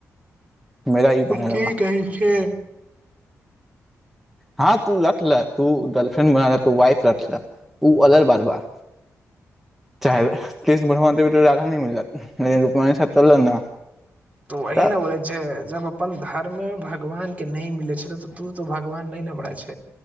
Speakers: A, in the centre; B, on the right (about 25°).
A: मेरा ई मानेला
B: की
A: बा
B: कहै छै
A: हँ तू रखले तू गर्लफ्रेंड त वाइफ रख अल बार बार चाहे कृष्ण भगवान राधा नें मिलत <inaudible>
B: तो वही
A: तऽ
B: ने बोलै छै जब अपन धर्म भगवान के नहि मिलै छलै तऽ तू तो भगवान नहि नबरा छ